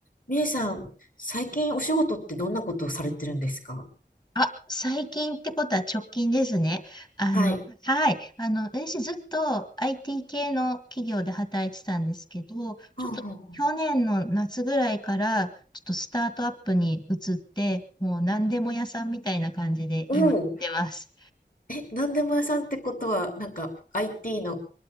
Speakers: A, on the left; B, on the left.
A: みえさん、最近お仕事ってどんなことをされてるんですか
B: あ、最近ってことは直近ですね。あの、
A: はい。
B: はい。あの、私ずっと IT 系の企業で働いてたんですけど、
A: あああ
B: ちょっと去年の夏ぐらいから、ちょっとスタートアップに移って、もう何でも屋さんみたいな感じで今やってます。
A: おお、え、なんでも屋さんってことは、なんか IT の、